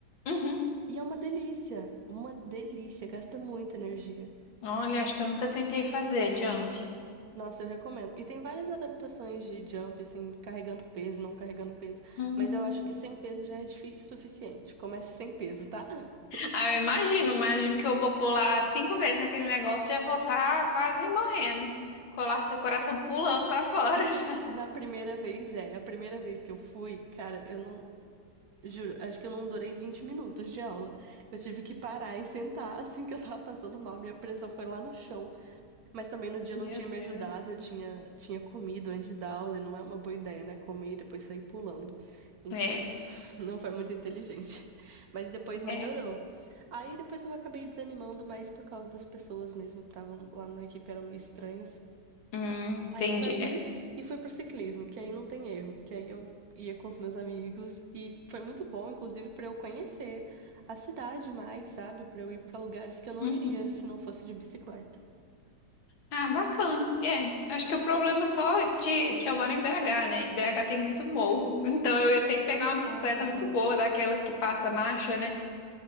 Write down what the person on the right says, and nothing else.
E é uma delícia, uma delícia, gasta muita energia.
Nossa, eu recomendo. E tem várias adaptações de jump, assim, carregando peso, não carregando peso.
Mas eu acho que sem peso já é difícil o suficiente. Comece sem peso, tá? <laughs>
Na primeira vez é. A primeira vez que eu fui, cara, eu não. Juro, acho que eu não durei 20 minutos de aula. Eu tive que parar e sentar <laughs> assim que eu tava passando mal. Minha pressão foi lá no chão. Mas também no dia
não tinha me
ajudado, eu tinha, tinha comido antes da aula e não é uma boa ideia, né? Comer e depois sair pulando. Enfim,
<laughs> não foi muito inteligente. <laughs> Mas depois melhorou.
Aí depois eu acabei desanimando mais por causa das pessoas mesmo que estavam lá na equipe, eram meio estranhas.
Aí saí
e fui pro ciclismo, que aí não tem erro, que aí eu ia com os meus amigos e foi muito bom, inclusive, para eu conhecer a cidade mais, sabe? Para eu ir para lugares que eu não
iria se não fosse de bicicleta.
Ah,